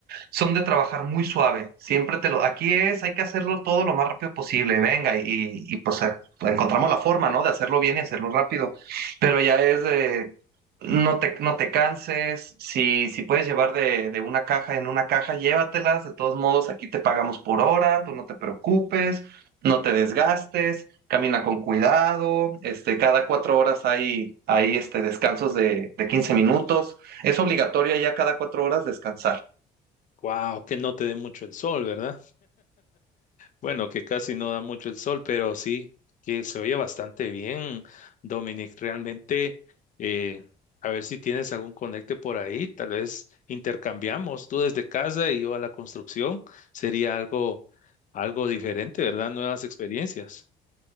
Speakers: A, on the right (about 70°); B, on the left (about 50°).
A: son de trabajar muy suave. Siempre te lo, aquí es, hay que hacerlo todo lo más rápido posible. Venga, y, y pues eh, encontramos la forma, ¿no? De hacerlo bien y hacerlo rápido. Pero ya es de, no te, no te canses. Si, si puedes llevar de, de una caja en una caja, llévatelas. De todos modos, aquí te pagamos por hora, tú no te preocupes, no te desgastes, camina con cuidado. Este, cada cuatro horas hay, hay este, descansos de, de 15 minutos. Es obligatorio ya cada cuatro horas descansar.
B: Wow, que no te dé mucho el sol, ¿verdad? Bueno, que casi no da mucho el sol, pero sí que se oye bastante bien, Dominic. Realmente, eh, a ver si tienes algún conecte por ahí, tal vez intercambiamos tú desde casa y yo a la construcción, sería algo, algo diferente, ¿verdad? Nuevas experiencias.